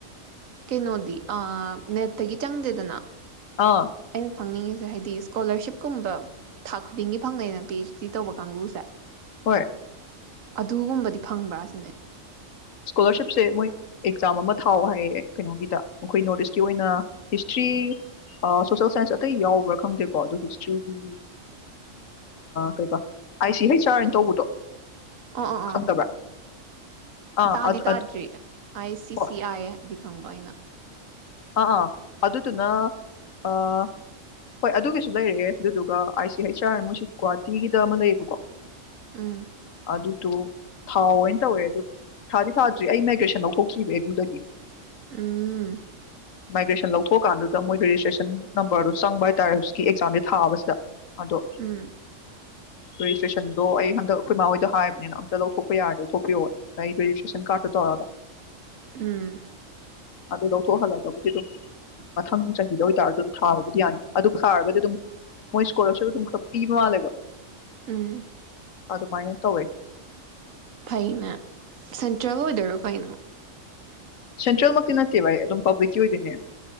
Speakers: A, on the right; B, on the left.
A: ꯀꯦꯩꯅꯣꯗꯤ ꯑ ꯅꯦꯔꯇꯩꯒꯤ ꯆꯪꯗꯦꯗꯅ
B: ꯑꯥ
A: ꯑ ꯈꯪꯅꯤꯡꯉꯤꯁꯦ ꯍꯥꯏꯗꯤ ꯏꯁꯀꯣꯂꯥꯔꯁꯤꯞꯀꯨꯝꯕ ꯊꯥ ꯈꯨꯗꯤꯡꯒꯤ ꯐꯪꯅꯩꯩꯅ ꯄꯤ ꯑꯩꯆ ꯗꯤ ꯇꯧꯕ ꯀꯥꯡꯕꯨꯁꯦ
B: ꯍꯣꯏ
A: ꯑꯗꯨꯒꯨꯝꯕꯗꯤ ꯐꯪꯕ꯭ꯔꯥ ꯁꯤꯅꯦ
B: ꯏꯁꯀꯣꯂꯥꯔꯁꯤꯞꯁꯦ ꯃꯣꯏ ꯑꯦꯛꯖꯥꯝ ꯑꯃ ꯊꯥꯎ ꯍꯥꯏꯌꯦ ꯀꯩꯅꯣꯒꯤꯗ ꯃꯈꯣꯏ ꯅꯣꯔꯠ ꯏꯁꯀꯤ ꯑꯣꯏꯅ ꯍꯤꯁꯇ꯭ꯔꯤ ꯁꯣꯁꯦꯜ ꯁꯥꯏꯟꯁ ꯑꯇꯩ ꯌꯥꯎꯕ꯭ꯔꯥ ꯈꯪꯗꯦꯀꯣ ꯑꯗꯣ ꯍꯤꯁꯇ꯭ꯔꯤꯒꯤ ꯀꯩꯕ ꯑꯥꯏ ꯁꯤ ꯍꯩꯆ ꯑꯥꯔ ꯍꯥꯏꯅ ꯇꯧꯕꯗꯣ
A: ꯑ ꯑꯥ ꯑꯥ
B: ꯈꯪꯗꯕ꯭ꯔꯥ ꯑꯥ
A: ꯇꯥꯗꯤ
B: ꯑꯗꯨ
A: ꯇꯥꯗ꯭ꯔꯤ
B: ꯑꯗꯨ
A: ꯑꯥꯏ ꯁꯤ
B: ꯍꯣꯏ
A: ꯁꯤ ꯑꯥꯏ ꯗꯤ ꯈꯪꯕ ꯑꯩꯅ
B: ꯑꯥ ꯑꯥ ꯑꯗꯨꯗꯨꯅ ꯑꯥ ꯍꯣꯏ ꯑꯗꯨꯒꯤꯁꯨ ꯂꯩꯔꯦ ꯑꯗꯨꯗꯨꯒ ꯍꯩꯁ ꯑꯥꯔ ꯑꯥꯃꯨꯁꯤ ꯒꯨꯋꯥꯍꯥꯇꯤꯒꯤꯗ ꯑꯃ ꯂꯩꯌꯦꯕꯀꯣ
A: ꯎꯝ
B: ꯑꯗꯨꯗ‌ꯣ ꯇꯣ ꯊꯥꯎ ꯑꯣꯏꯅ ꯇꯧꯋꯦ ꯑꯗꯨ ꯊꯥꯗꯤ ꯊꯥꯗ꯭ꯔꯤ ꯑꯩ ꯃꯥꯏꯒ꯭ꯔꯦꯁꯟ ꯂꯧꯊꯣꯛꯇ꯭ꯔꯤꯕ ꯑꯦꯝ ꯌꯨꯗꯒꯤ
A: ꯎꯝ
B: ꯃꯥꯏꯒ꯭ꯔꯦꯁꯟ ꯂꯧꯊꯣꯛꯑꯀꯥꯟꯗꯨꯗ ꯃꯣꯏ ꯔꯦꯖꯤꯁꯇ꯭ꯔꯦꯁꯟ ꯅꯝꯕꯔꯗꯨꯣ ꯆꯪꯕ ꯍꯥꯏꯇꯥꯔꯦ ꯍꯧꯖꯤꯛꯀꯤ ꯑꯦꯛꯖꯥꯝꯁꯦ ꯊꯥꯕꯁꯤꯗ ꯑꯗꯣ
A: ꯎꯝ
B: ꯔꯦꯖꯤꯁꯇ꯭ꯔꯦꯁꯟꯗꯣ ꯑꯩ ꯍꯟꯗꯛ ꯑꯩꯈꯣꯏ ꯃꯥꯥꯍꯣꯏꯗ ꯍꯥꯏꯕꯅꯤꯅ ꯑꯝꯇ ꯂꯧꯊꯣꯛꯄ ꯌꯥꯔꯗꯤ ꯂꯧ ꯊꯣꯛꯄꯤꯔꯛꯑꯣ ꯑꯩ ꯔꯦꯖꯤꯁꯇ꯭ꯔꯦꯁꯟ ꯀꯥꯔꯠꯇꯣ ꯇꯧꯔꯒ
A: ꯎꯝ
B: ꯑꯗꯨ ꯂꯧ ꯊꯣꯛꯍꯜꯂꯒꯕꯨꯗꯤ ꯑꯗꯨꯝ ꯃꯊꯪ ꯆꯍꯤꯗ ꯑꯣꯏꯇꯥꯔꯁꯨ ꯑꯗꯨꯝ ꯊꯥꯕꯕꯨꯗꯤ ꯌꯥꯅꯤ ꯑꯗꯨ ꯊꯥꯔꯒꯗꯤ ꯑꯗꯨꯝ ꯃꯣꯏ ꯏꯁꯀꯣꯂꯔꯁꯤꯞ ꯑꯗꯨꯝ ꯈꯔ ꯄꯤꯕ ꯃꯥꯜꯂꯦꯕ
A: ꯎꯝ
B: ꯑꯗꯨꯃꯥꯏ ꯇꯧꯋꯦ
A: ꯐꯩꯅꯦ ꯁꯦꯟꯇ꯭ꯔꯦꯜ ꯑꯣꯏꯗꯣꯏꯔꯣ ꯀꯩꯅꯣ
B: ꯁꯦꯟꯇ꯭ꯔꯦꯜꯃꯛꯇꯤ ꯅꯠꯇꯦ ꯚꯥꯏ ꯑꯗꯨꯝ ꯄꯥꯕ꯭ꯂꯤꯛꯀꯤ ꯑꯣꯏꯗꯣꯏꯅꯦ